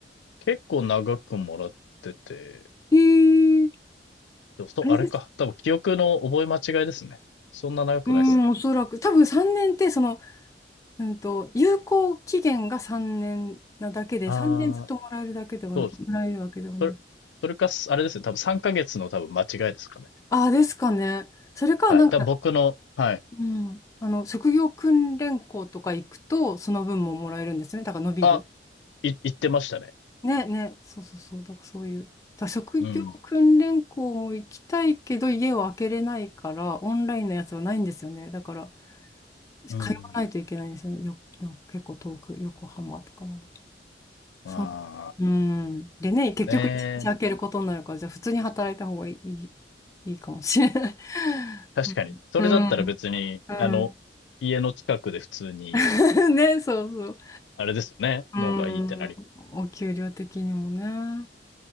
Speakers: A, on the left; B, on the left.
A: 結構長くもらってて、
B: えー、
A: でもそう、
B: あれです。
A: あれか。多分記憶の覚え間違いですね。そんな長くないですね。
B: うん、おそらく。多分3年って、その、うんと、有効期限が3年なだけで、
A: ああ、
B: 3年ずっともらえるだけでは、
A: そうです。
B: もらえるわけではない。
A: それ、それかあれですね、多分3ヶ月の多分間違いですかね。
B: ああ、ですかね。それか、
A: はい。
B: なんか、
A: 多分僕の、はい。
B: うん、あの、職業訓練校とか行くと、その分ももらえるんですよね。だから伸びる。
A: あ、い、言ってましたね。
B: ね、ね、そうそうそう、だからそういう。だから職業訓練校も行きたいけど、
A: うん。
B: 家を開けれないから、オンラインのやつはないんですよね。だから、通わないといけないんですよね。
A: うん。
B: よ、よ結構遠く、横浜とかまで。
A: ま
B: そん
A: あ、
B: うん。でね、結局一日開けることになるから、
A: ね
B: じゃあ普通に働いた方がいい、いい、いいかもしれない。
A: 確かに。
B: <laughs> うん。
A: それだったら別に、
B: うん。うん
A: あの、家の近くで普通に、
B: <laughs> ね、そうそう。
A: あれですよね。
B: うん。
A: のがいいってなります。
B: お給料的にもね。